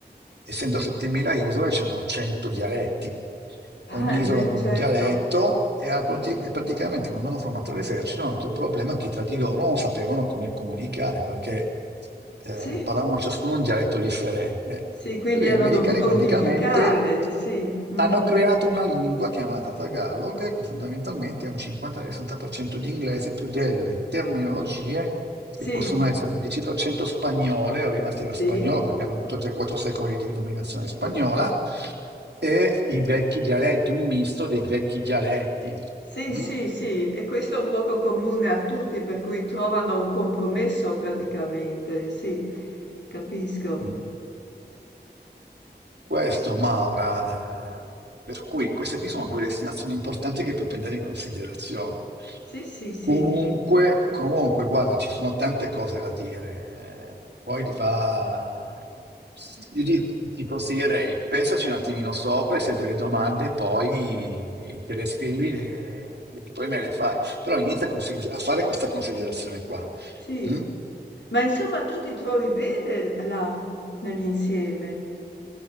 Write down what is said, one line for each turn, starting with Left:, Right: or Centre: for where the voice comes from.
Right: essendo 7000 isole, c'erano 100 dialetti, ogni
Left: Ah,
Right: isola
Left: e beh,
Right: con
Left: certo.
Right: un dialetto, e, ha prati- e praticamente quando hanno formato l'esercito hanno avuto il problema che tra di loro non sapevano come comunicare, perché eh,
Left: Sì,
Right: parlavano ciascuno un dialetto differente.
Left: sì, quindi
Right: Per cui
Left: hanno
Right: Gli americani
Left: dovuto
Right: praticamente
Left: unificare, sì. mhm.
Right: hanno creato una lingua chiamata Tagalog, che fondamentalmente è un 50-60% di inglese più delle terminologie sì,
Left: Sì,
Right: possono essere un 10% spagnole, arrivanti dallo
Left: sì,
Right: spagnolo, perché hanno avuto 3-4 secoli di dominazione
Left: sì,
Right: spagnola, e i vecchi dialetti, un misto dei vecchi dialetti.
Left: sì, sì,
Right: Mm?
Left: sì. E questo è un poco comune a tutti, per cui trovano un compromesso praticamente, sì, capisco.
Right: Mm. Questo, Maura, eh, per cui queste qui sono due destinazioni importanti che puoi prendere in considerazione.
Left: Sì, sì, sì,
Right: Comunque, comunque, guarda, ci sono tante cose da dire. eh, Poi va... Io ti, ti consiglierei, pensaci un attimino sopra e se hai delle domande poi te le scrivi e, e poi me le fai. Però inizia a, consider- a fare questa considerazione qua.
Left: sì.
Right: mm?
Left: Ma insomma, tu ti trovi bene là, nell'insieme?